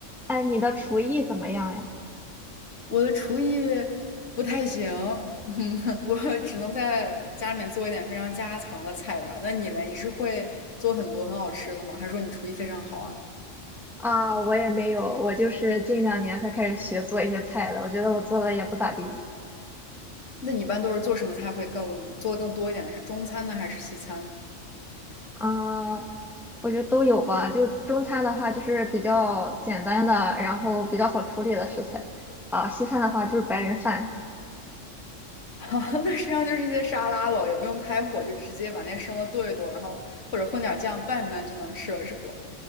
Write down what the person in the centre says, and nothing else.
哎，你的厨艺怎么样呀？
啊，我也没有，我就是近两年才开始学做一些菜的，我觉得我做的也不咋地。
啊，我觉得都有吧。就中餐的话，就是比较简单的，然后比较好处理的食材。啊，西餐的话就是白人饭。